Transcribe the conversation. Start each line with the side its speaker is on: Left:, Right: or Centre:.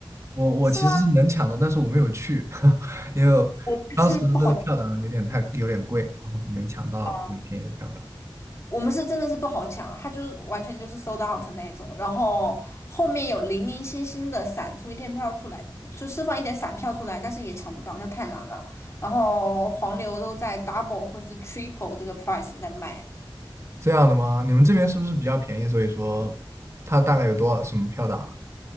Right: 我我其实是能抢到，
Left: 是吗？
Right: 但是我没有去，<laughs> 因为当时那个票呢有点太有点贵，
Left: 我们是不好抢
Right: 然后就没抢到比较便宜的票。
Left: 啊，我们是真的是不好抢，他就是完全就是 sold out 那一种，然后后面有零零星星的散出一天票出来，就释放一点散票出来，但是也抢不到，就太难了。然后黄牛都在 double 或是 triple 这个 price 在卖，
Right: 这样的吗？你们这边是不是比较便宜？所以说它大概有多少什么票档啊？